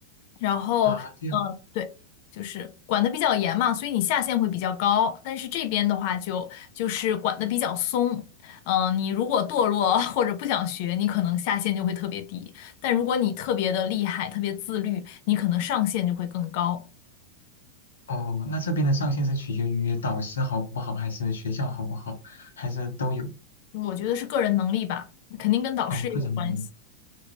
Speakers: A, on the left; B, on the left.
A: 然后，
B: 啊，这样。
A: 嗯，对，就是管得比较严嘛，所以你下限会比较高。但是这边的话就就是管得比较松，嗯、你如果堕落 <laughs> 或者不想学，你可能下限就会特别低；但如果你特别的厉害、特别自律，你可能上限就会更高。
B: 哦，哦那这边的上限是取决于导师好不好，还是学校好不好，还是都有？
A: 我觉得是个人能力吧，肯定跟导师也有关系。
B: 哦，个人能力。